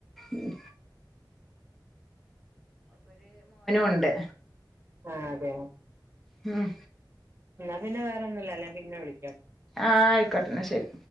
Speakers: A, in the centre; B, on the right.
A: ഉം ഉണ്ട്
B: ആ അതെ
A: ഉം
B: എന്നാ പിന്നെ വേറൊന്നു ലല്ലഞാ പിന്നെ വിളാം
A: ആഹ ആയിക്കോട്ടെന്നെ ശരി